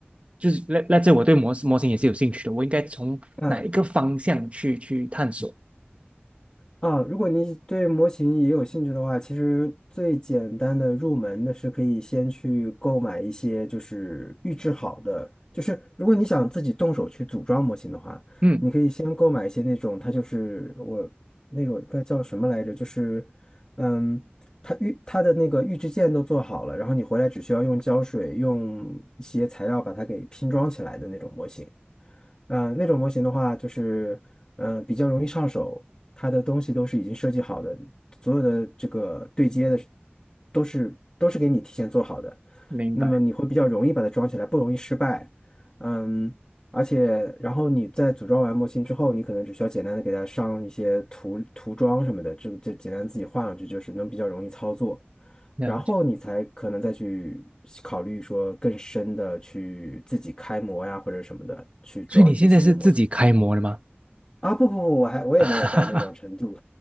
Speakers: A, on the right (about 30°); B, on the left (about 20°).
A: 就是那那这我对模模型也是有兴趣的，我应该从哪一个方向去去探索？
B: 嗯。啊，如果你对模型也有兴趣的话，其实最简单的入门的是可以先去购买一些就是预制好的，就是如果你想自己动手去组装模型的话，
A: 嗯，
B: 你可以先购买一些那种，它就是我那个它叫什么来着，就是嗯，它预它的那个预制件都做好了，然后你回来只需要用胶水用一些材料把它给拼装起来的那种模型。嗯、呃那种模型的话，就是呃比较容易上手，它的东西都是已经设计好的，所有的这个对接的都是都是给你提前做好的，
A: 明白，
B: 那么你会比较容易把它装起来，不容易失败。嗯，而且然后你在组装完模型之后，你可能只需要简单的给它上一些涂涂装什么的，就就简单自己画上去，就是能比较容易操作。
A: 了解。
B: 然后你才可能再去考虑说更深的去自己开模呀或者什么的，去装一些新的模型。
A: 所以你现在是自己开模的吗？
B: 啊，不不不，我还我也没有到那种程度
A: <laughs>